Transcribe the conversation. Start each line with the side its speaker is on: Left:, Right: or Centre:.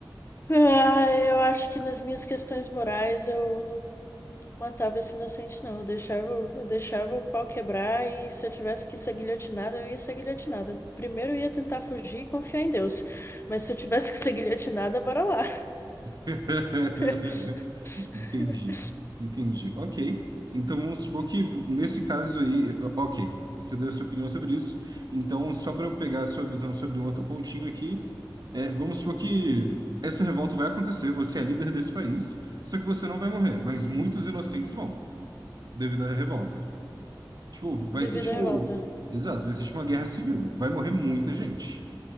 Left: Ah, eu acho que nas minhas questões morais eu não matava esse inocente, não. Eu deixava, eu deixava o pau quebrar e se eu tivesse que ser guilhotinada, eu ia ser guilhotinada. Primeiro eu ia tentar fugir e confiar em Deus. Mas se eu tivesse que ser guilhotinada, bora lá.
Right: <laughs>
Left: <laughs>
Right: Entendi, entendi. Ok. Então vamos supor que nesse caso aí, ok, você deu a sua opinião sobre isso. Então, só para eu pegar a sua visão sobre um outro pontinho aqui, é, vamos supor que essa revolta vai acontecer, você é líder desse país, só que você não vai morrer, mas muitos inocentes vão, devido à revolta. Tipo, vai
Left: Devido
Right: ser tipo.
Left: à revolta.
Right: Exato, vai ser tipo uma guerra civil. Vai morrer muita gente.